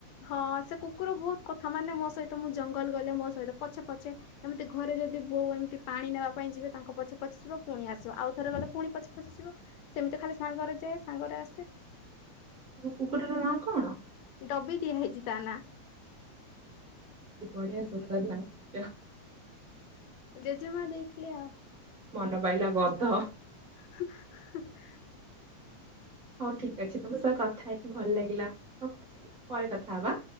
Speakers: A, on the left; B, on the right.
A: ହଁ, ସେ କୁକୁର ବହୁତ କଥା ମାନେ, ମୋ ସହିତ ମୁଁ ଜଙ୍ଗଲ ଗଲେ, ମୋ ସହିତ ପଛେ ପଛେ ଏମିତି ଘରେ ଯଦି ବୋଉ ଏମିତି ପାଣି ନେବା ପାଇଁ ଯିବେ, ତାଙ୍କ ପଛେ ପଛେ ଯିବ ପୁଣି ଆସିବ। ଆଉ ଥରେ ଗଲେ ପୁଣି ପଛେ, ପଛେ ଯିବ। ସେମିତି ଖାଲି ସାଙ୍ଗରେ ଯାଏ, ସାଙ୍ଗରେ ଆସେ।
B: ତମ କୁକୁରର ନାଁ କଣ
A: ଡବି ଦିଆ ହେଇଛି ତା, ନା।
B: ବଢିଆ ସୁନ୍ଦର ନାଁ।
A: ଜେଜେମା ଦେଇଥିଲେ ଆଉ।
B: ତ ପାଇଲା ଗଧ
A: <unintelligible>
B: ହଉ ଠିକ ଅଛି ତମ ସହ କଥା ହେଇକି ଭଲ ଲାଗିଲା ରଖୁଛି ପରେ କଥା ହବା।